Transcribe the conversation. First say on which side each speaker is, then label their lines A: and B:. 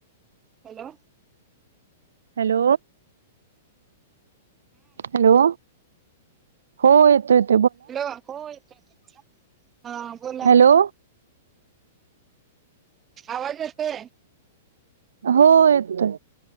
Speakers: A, on the right; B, on the right.
A: हॅलो.
B: Hello hello. हो येतो येत
A: हॅलो हो येतोय येतोय. हा बोला.
B: हॅलो
A: आवाज येतोय.
B: हो येतोय,